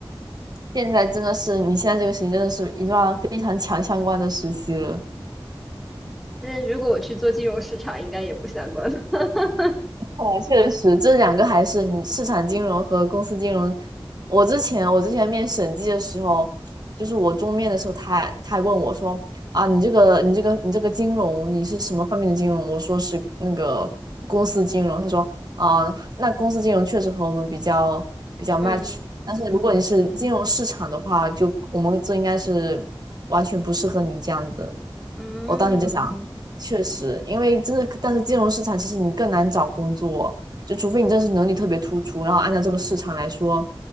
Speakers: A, on the right (about 50°); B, in the centre.
A: 现在真的是，你现在这个事情真的是一段非常强相关的实习了。
B: 但是如果我去做金融市场，应该也不相关吧。<laughs>
A: 看来确实，这两个还是你市场金融和公司金融。我之前我之前面审计的时候，就是我中面的时候他还，他他还问我说啊，你这个你这个你这个金融你是什么方面的金融？我说是那个公司金融。他说啊，那公司金融确实和我们比较比较 match，
B: 嗯嗯。
A: 但是如果你是金融市场的话，就我们这应该是完全不适合你这样的。
B: 嗯
A: 我当时就想，确实，因为真的，但是金融市场其实你更难找工作，就除非你真是能力特别突出，然后按照这个市场来说，